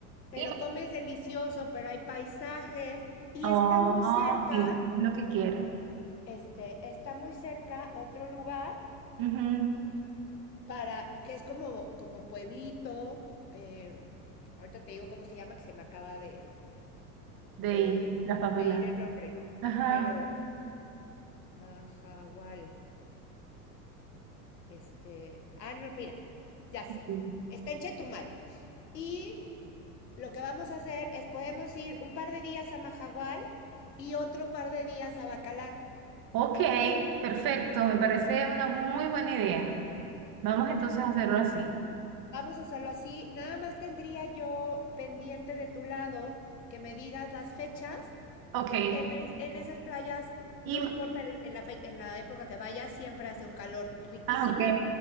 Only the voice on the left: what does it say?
pero
comes delicioso, pero hay paisajes y
está muy cerca,
este, está muy cerca otro lugar
para, que es como, como pueblito, em, ahorita te digo cómo se llama, que se me acaba de,
de,
de ir el nombre,
pero... Mahahual. Este. Ah, no, mira, ya sé.
Está en Chetumal. Y lo que vamos a hacer es podemos ir un par de días a Mahahual y otro par de días a Bacalar.
Vamos a hacerlo así. Nada más tendría yo pendiente de tu lado que me digas las fechas.
En, es- en esas playas,
no importa el- en la, fe- en la época que vayas, siempre hace un calor riquísimo.